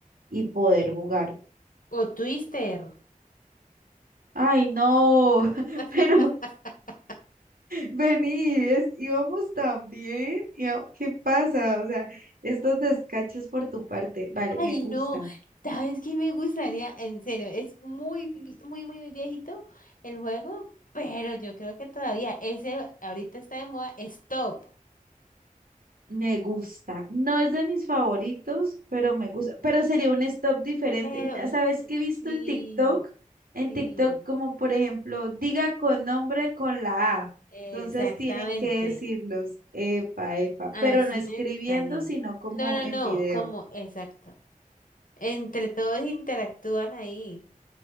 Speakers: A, on the right; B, on the left.
A: y poder jugar.
B: O Twister.
A: Ay, no,
B: <laughs>
A: <laughs> pero vení, es- íbamos tan bien. íba- ¿Qué pasa? O sea, estos descachos por tu parte, vale,
B: Ay,
A: me gusta.
B: no, ¿sabes qué me gustaría? En serio, es muy, vi- muy, muy, muy viejito el juego, pero yo creo que todavía ese ahorita está de moda, Stop.
A: Me gusta. No es de mis favoritos, pero me gusta. Pero sería un stop diferente.
B: Pero
A: Mira, ¿sabes qué he visto
B: sí,
A: en TikTok? En
B: sí,
A: TikTok, como por ejemplo, diga con nombre con la A.
B: exactamente.
A: Entonces tienen que decirlos, epa, epa,
B: Así
A: pero no escribiendo,
B: me gustaría.
A: sino como
B: No, no,
A: en
B: no,
A: video.
B: como, exacto. Entre todos interactúan ahí.